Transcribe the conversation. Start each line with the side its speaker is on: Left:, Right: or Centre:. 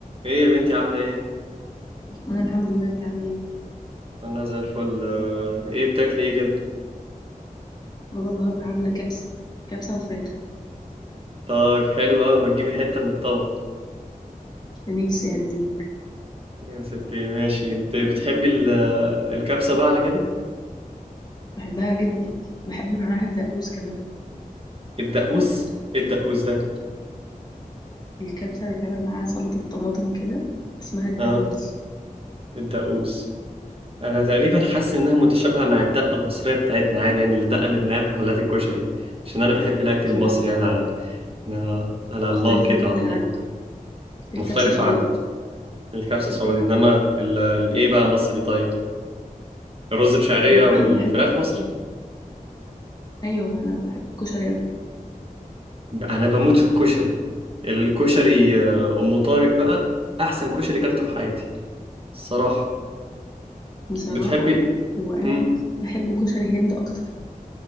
Right: ايه يا بنتي عاملة ايه؟
Left: انا الحمد لله انت عامل ايه
Right: انا زي الفل آه، ايه بتاكلي ايه كده؟
Left: ماما النهارده عامله كبسه كبسه وفراخ
Right: طيب حلو اوي ما تجيبي حتة من الطبق
Left: نفسي هديه
Right: يا ستي ماشي انت بتحبي ال- الكبسة بقى على كده؟
Left: بحبها جدا بحب معاها الدقوس كمان
Right: الدقوس؟ ايه الدقوس ده؟
Left: الكبسه بيتعمل معاها سلطه طماطم كده اسمها الدقوس
Right: اه الدقوس انا تقريبا حاسس انها متشابهة مع الدقة المصرية بتاعتنا عادي يعني الدقة اللي بنلاقيها في محلات الكشري عشان انا بحب الاكل المصري
Left: لا
Right: يعني على انا على الله
Left: مختلفه
Right: كده
Left: جدا
Right: على الله
Left: عنها الكبسه
Right: مختلفة
Left: سعودي
Right: عن الكبسة السعودي
Left: آه.
Right: انما ال- الايه بقى مصري طيب الرز بشعرية
Left: <clears throat>
Right: والفراخ
Left: بحب
Right: مصري؟
Left: ايوه انا بحب الكشري أوي.
Right: انا بموت في الكشري الكشري آه، ام طارق بقى احسن كشري كلته في حياتي الصراحه
Left: بصراحه
Right: بتحبي
Left: هو انا
Right: امم
Left: بحب كشري هند اكتر